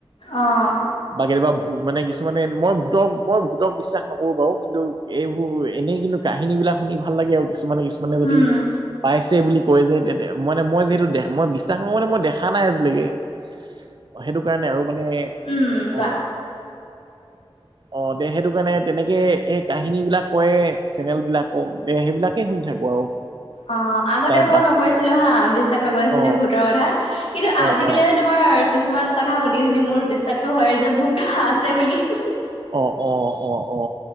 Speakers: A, on the left; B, on the right.
A: অ',
B: বা কেতিয়া বা ভো- মানে কিছুমানে মই ভূতক মই ভূতক বিশ্বাস নকৰোঁ বাৰু কিন্তু এইবোৰ এনেই কিন্তু কাহিনীবিলাক- শুনি ভাল লাগে আৰু কিছুমানে কিছুমানে যদি
A: উম,
B: পাইছে বুলি- কয় যে তে মানে মই যিহেতু দেখ মই বিশ্বাস কৰো মানে মই দেখা নাই আজিলৈকে- অ সেইটো কাৰণে আৰু মানে
A: উম, কোৱা?
B: অ আহ- দে সেইটো কাৰণে তেনেকৈ সেই কাহিনীবিলাক কৰেয় চেনেলবিলাকক দে সেইবিলাকেই শুনি থাকোঁ আৰু
A: অ আগতে
B: টাইম
A: মই
B: পাছ
A: নকৰিছিলো হা বিশ্বাস নকৰিছিলো
B: অ
A: ভূতৰ কথা কিন্তু আজিকালি
B: অ অ
A: মানে তোমাৰ- কিছুমান কথা শুনি শুনি মোৰ বিশ্বাসতটো হয় যে ভূতো আছে বুলি হি হি-
B: অ অ অ অ